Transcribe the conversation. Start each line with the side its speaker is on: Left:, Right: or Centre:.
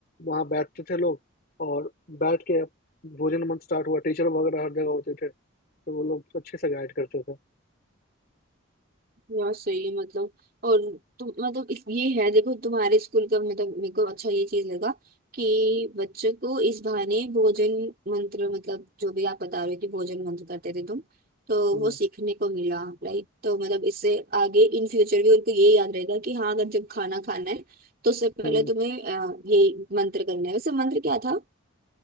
Left: वहां बैठते थे लोग और बैठ के भोजन मंत्र स्टार्ट हुआ टीचर वगैरह हर जगह होते थे तो वो लोग अच्छे से गाइड करते थे
Right: यार सही है मतलब और तुम मतलब इस ये है देखो तुम्हारे स्कूल का मतलब मेरे को अच्छा ये चीज लगा कि बच्चों को इस बहाने भोजन मंत्र मतलब जो भी आप बता रहे हो कि भोजन मंत्र करते थे तुम तो
Left: हम्म।
Right: वो सीखने को मिला राइट तो मतलब इससे आगे इन फ्यूचर भी उनको ये याद रहेगा कि हाँ अगर जब खाना खाना है तो उससे पहले
Left: हम्म,
Right: तुम्हें अ, ये मंत्र करना है वैसे मंत्र क्या था